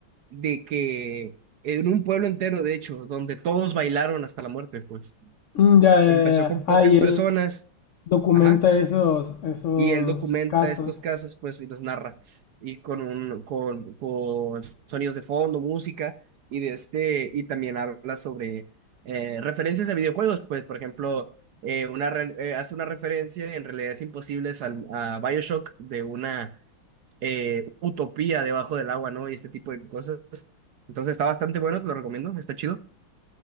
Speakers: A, on the right (about 65°); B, on the left (about 85°).
A: de que, en un pueblo entero, de hecho, donde todos bailaron hasta la muerte, pues.
B: Mm, ya, ya,
A: Empezó
B: ya. ya.
A: con
B: Ah,
A: pocas
B: y
A: personas,
B: él documenta
A: ajá.
B: esos, esos
A: Y él documenta
B: casos.
A: estos casos, pues, y los narra. Y con un, con, con sonidos de fondo, música, y de este, y también habla sobre eh, referencias a videojuegos, pues, por ejemplo, eh, una re- eh, hace una referencia en realidades imposibles al, a BioShock de una eh, utopía debajo del agua, ¿no? Y este tipo de cosas. Entonces está bastante bueno, te lo recomiendo, está chido.